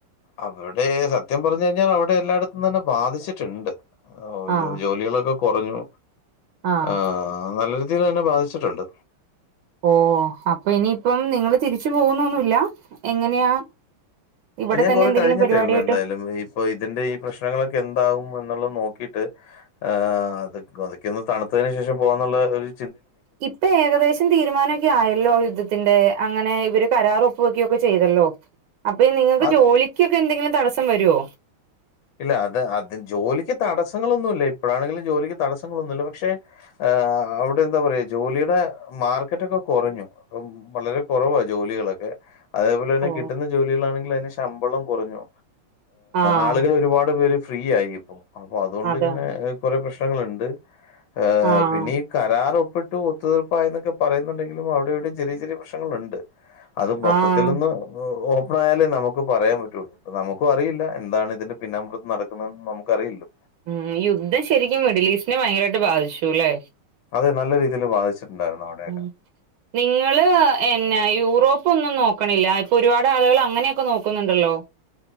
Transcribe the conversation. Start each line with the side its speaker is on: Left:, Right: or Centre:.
Left: അവ്ടെ സത്യം പർഞ്ഞു കഴിഞ്ഞാ അവ്ടെ എല്ലായിടത്തും തന്നെ ബാധിച്ചിട്ട്ണ്ട് ഓ
Right: ആഹ്
Left: ജോലികളൊക്കെ കൊറഞ്ഞു
Right: ആഹ്
Left: ആ നല്ല രീതിയിലന്നെ ബാധി ച്ചിട്ടുണ്ട്
Right: ഓ അപ്പ ഇനിയിപ്പം നിങ്ങള് തിരിച്ചു പോവുന്നൊന്നുല്ല എങ്ങനെയാ ഇവിടെ
Left: ഞാൻ
Right: തന്നെ
Left: കൊറെ
Right: എന്തെങ്കിലും
Left: കഴിട്ടേള്ളൂ
Right: പരിപാടിയായിട്ട്
Left: എന്തായാലും ഇപ്പൊ ഇതിന്റെ ഈ പ്രശ്നങ്ങളൊക്കെ എന്താകും എന്നുള്ള നോക്കിട്ട് ഏ അത് അതൊക്കെന്ന് തണുത്തെന് ശേഷം പോവാന്നുള്ള ഒര്
Right: ഇപ്പ ഏകദേശ തീരുമാനക്കെ ആയല്ലോ യുദ്ധത്തിന്റെ അങ്ങനെ ഇവര് കരാറ് ഒപ്പ് വെക്കെയൊക്കെ ചെയ്തല്ലോ അപ്പ നിങ്ങക്ക്
Left: അത്
Right: ജോലിക്കൊക്കെ എന്തെങ്കിലും തടസ്സം വരോ
Left: ഇല്ല അത് അതി ജോലിക്ക് തടസ്സങ്ങളൊന്നുല്ല ഇപ്പഴാണെങ്കിലും ജോലിക്ക് തടസ്സങ്ങളൊന്നുല്ല പക്ഷെ. ഏ അവ്ടെ എന്താ പറയാ ജോലിയുടെ മാർക്കറ്റ് ഒക്കെ കൊറഞ്ഞു അപ്പം. വളരെ കുറവാ ജോലികളൊക്കെ. അതേപോലെ ന്നെ
Right: ഓ
Left: കിട്ടുന്ന ജോലികളാണെങ്കില് അയിന് ശമ്പളം കൊറഞ്ഞു
Right: ആഹ്
Left: ആള് ഒരുപാട് പേര് ഫ്രീ ആയി ഇപ്പോ അപ്പൊ അതുകൊണ്ടിങ്ങനെ
Right: അതാണ്
Left: കൊറെ പ്രശ്നങ്ങള്ണ്ട്. ഏ
Right: ആഹ്
Left: പിന്നീ കരാറ് ഒപ്പിട്ട് ഒത്തുതീർപ്പായി എന്നൊക്കെ പറയുന്നുണ്ടെങ്കിലും അവിടെവിടെ ചെറിയ ചെറിയ പ്രശ്നങ്ങളുണ്ട്. അത് മൊത്തത്തിലൊന്ന്.
Right: ആഹ്
Left: ഒ പ്പണായാലേ നമുക്ക് പറയാൻ പറ്റുള്ളൂ നമുക്കും അറിയില്ല എന്താണ് ഇതിന്റെ പിന്നാമ്പുറത്ത് നടക്കുന്നത് നമുക്കറിയില്ലോ?
Right: ഉ യുദ്ധം ശരിക്കും മിഡില് ഈസ്റ്റിനെ ഭയങ്കരായിട്ട് ബാധിച്ചു ലെ
Left: അതെ നല്ല രീതിയില് ബാധിച്ചിട്ടുണ്ടായിരുന്നു അവിടെയൊക്കെ.
Right: ഉം നിങ്ങള് എന്ന യൂറോപ്പ് ഒന്നും നോക്ക്‌ണില്ല ഇപ്പൊ ഒരുപാട് ആളുകള് അങ്ങനെയൊക്കെ നോക്കുന്നുണ്ടല്ലോ